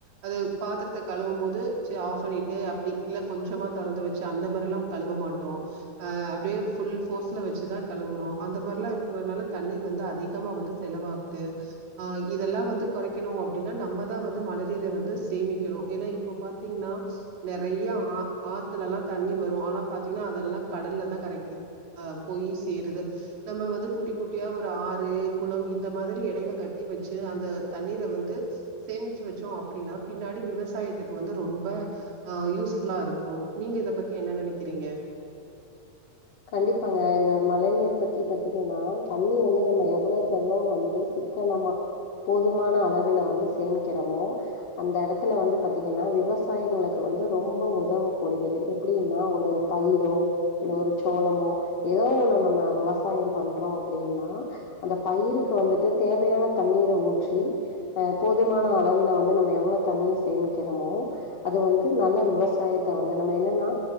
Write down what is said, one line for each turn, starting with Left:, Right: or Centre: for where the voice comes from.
Right: அது பாத்திரத்த கழுவும் போது செ ஆஃப் பண்ணிட் டு அப்டி இல்ல கொஞ்சமா தொறந்து வச்சு அந்த மாரிலா கழுவ மாட்டோ ஆ அப்டியே ஃபுல் ஃபோர்ஸ்ல வச்சுதா கழுவுறோ அந்த மாரிலா இருக்றதுனால தண்ணீர் வந்து அதிகமா வந்து செலவாகுது ஆ இத ல்லா வந்து கொறைக்கணூ அப்டினா நம்மதா வந்து மழநீர வந்து சேமிக்கணு ஏனா இப்ப பாத்தீங்னா நறைய ஆ ஆத்துலல்லா தண்ணி வரூ ஆனா பாத்தீங்னா அதெல்லா கடல்ல தா கரைக்கி ஆ போய் இ சேருது நம்ம வந்து குட்டி குட்டியா ஒரு ஆறு குளம் இந்த மாதிரி எடையில கட்டி வச்சு அந் த தண்ணீர வந்து சேமிச்சு வச்சோ அப்டினா பின்னாடி விவசாயத்துக்கு வந்து ரொம்ப ஆ யூஸ்ஃபுல்லாருக்கூ நீங்க இத பத்தி என்ன நனைக்கிறீங்க
Left: கண்டிப்பாங்க இந்த மழ நீர் பத்தி பாத்தீங்னா தண்ணி வந்து நம்ம எவ்ளோக்கு எவ்ளோ வந்து சிக் கனமா போதுமான அளவில வந்து சேமிக்கிறமோ அந்த எடத்துல வந்து பாத்தீங்கனா விவசாயிங்களுக்கு வந்து ரொம்ப ஒதவக்கூடியது எப்டின்னா ஒரு பயிரோ இல்ல ஒரு சோளமோ எதோ ஒன்னு நம்ம விவசாயோ பண்றோ அப்டீனா அந்த பயிருக்கு வந்துட்டு தேவையான தண்ணீர ஊற்றி போதுமான அளவில வந்து நம்ம எவ்ளோ தண்ணீ சேமிக்கிறமோ அது வந்து நல்ல விவசாயத்த வந்து நம்ம என்னன்னா